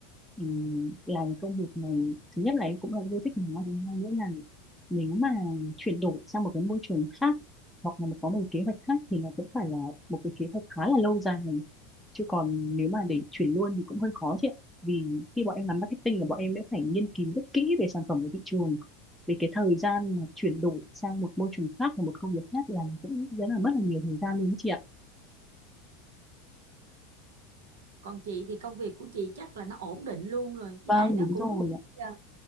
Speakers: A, in the centre; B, on the right.
A: ừm, làm công việc này thứ nhất là em cũng là yêu thích nó thứ hai nữa là nếu mà chuyển đổi sang một cái môi trường khác hoặc là có một kế hoạch khác thì nó cũng phải là một cái kế hoạch khá là lâu dài này, chứ còn nếu mà để chuyển luôn thì cũng hơi khó chị ạ vì khi bọn em làm marketing là bọn em đã phải nghiên cứu rất kỹ về sản phẩm của thị trường về cái thời gian mà chuyển đổi sang một môi trường khác và một công việc khác là cũng rất là mất là nhiều thời gian luôn đấy chị ạ
B: còn chị thì công việc của chị chắc là nó ổn định luôn rồi với
A: vâng
B: lại nó
A: đúng
B: cũng
A: rồi ạ
B: Dạ.